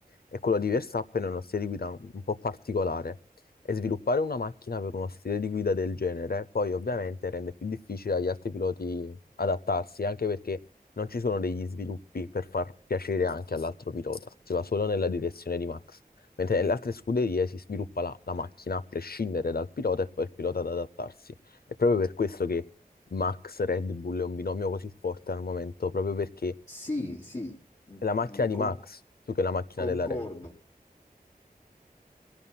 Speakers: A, on the left; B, on the left.
A: e quello di Verstappen è uno stile di guida un un po' particolare e sviluppare una macchina per uno stile di guida del genere poi ovviamente rende più difficile agli altri piloti adattarsi anche perché non ci sono degli sviluppi per far piacere anche all'altro pilota, si va solo nella direzione di Max. Mentre nelle altre scuderie si sviluppa la, la macchina a prescindere dal pilota e poi il pilota ad adattarsi. È proprio per questo che Max Red Bull è un binomio così forte al momento, proprio perché
B: Sì, sì, mm,
A: è la macchina
B: mm,
A: di
B: con-
A: Max più che la macchina
B: concordo.
A: della Red Bull.